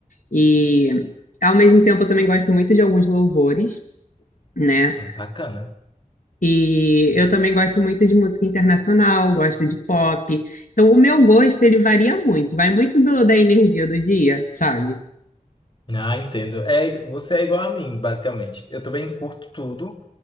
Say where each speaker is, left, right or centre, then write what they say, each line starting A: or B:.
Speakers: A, on the left (about 70°); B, on the left (about 35°).
A: E ao mesmo tempo, eu também gosto muito de alguns louvores, né?
B: Bacana.
A: E eu também gosto muito de música internacional, gosto de pop. Então, o meu gosto ele varia muito, vai muito do- da energia do dia, sabe?
B: Ah, entendo. É, você é igual a mim, basicamente. Eu também curto tudo.